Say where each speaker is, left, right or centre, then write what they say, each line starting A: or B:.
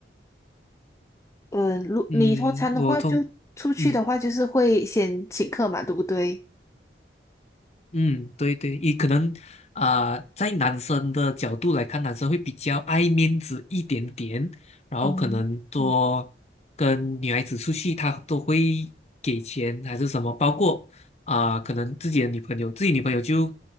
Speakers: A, on the left; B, on the left.
A: 嗯，如你通常的话就出去的话，
B: 嗯，我通，嗯。
A: 就是会先请客嘛，对不对？
B: 嗯，对对，也可能啊、呃在男生的角度来看，男生会比较爱面子一点点，然后可能多跟女孩子出去，
A: 嗯，嗯
B: 他都会给钱还是什么，包括啊、可能自己的女朋友，自己女朋友就